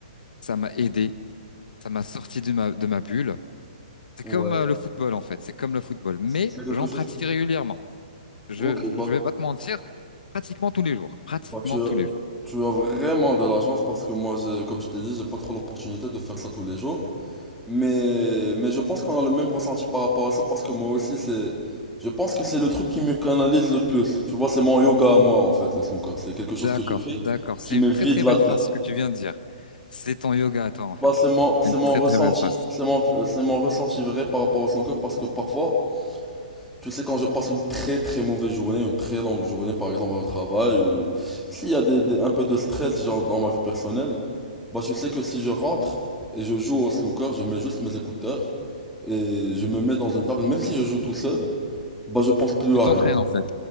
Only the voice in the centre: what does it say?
ouais.
C'est quelque
chose
que...
Ok,
bah,
bah tu
as,
tu as vraiment de la chance parce que moi, j'ai- comme je t'ai dit, j'ai pas trop l'opportunité de faire ça tous les jours. Mais, mais je pense qu'on a le même ressenti par rapport à ça parce que moi aussi, c'est... Je pense que c'est le truc qui me canalise le plus. Tu vois, c'est mon yoga à moi, en fait, le snooker. C'est quelque chose
que je fais
qui me
vide
la
tête.
Bah,
c'est mon, c'est
mon
ressenti.
C'est mon, c'est mon ressenti vrai par rapport au snooker parce que parfois, Tu sais, quand je passe une très très mauvaise journée, une très longue journée par exemple au travail, ou s'il y a des, des- un peu de stress genre dans ma vie personnelle, bah tu sais que si je rentre et je joue au snooker, je mets juste mes écouteurs et je me mets dans une table, même si je joue tout seul, bah je pense plus
à
rien.